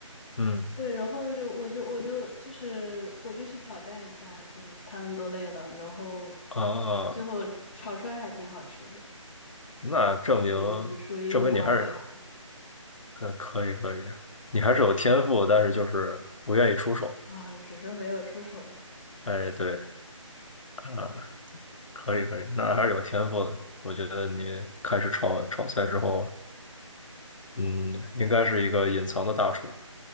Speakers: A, on the left; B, on the left.
A: 嗯
B: 对，然后就我就我就就是我就去挑战一下，就他们都累了，然后
A: 啊，
B: 就最后炒出来还挺好吃的，
A: 那证明
B: 属于属于一个光盘
A: 证明你还是嗯可以可以，你还是有天赋，但是就是不愿意出手。
B: 啊，只是没有出手。
A: 哎，
B: 对，
A: 对啊，可以可以，那还是有天赋的。我觉得你开始炒炒菜之后，嗯，应该是一个隐藏的大厨。